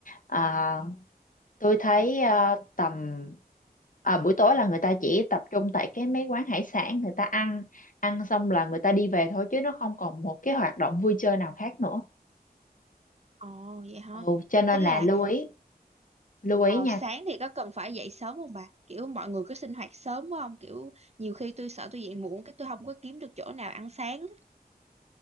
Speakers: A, on the left; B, on the right.
A: à, tôi thấy à, tầm à, buổi tối là người ta chỉ tập trung tại cái mấy quán hải sản người ta ăn ăn xong là người ta đi về thôi chứ nó không còn một cái hoạt động vui chơi nào khác nữa
B: Ồ vậy hả?
A: ừ, cho nên
B: Tức
A: là
B: là
A: lưu ý lưu ý
B: Ờ,
A: nha
B: sáng thì có cần phải dậy sớm không bà? Kiểu mọi người có sinh hoạt sớm quá không? Kiểu nhiều khi tôi sợ tôi dậy muộn cái tôi không có kiếm được chỗ nào ăn sáng. á.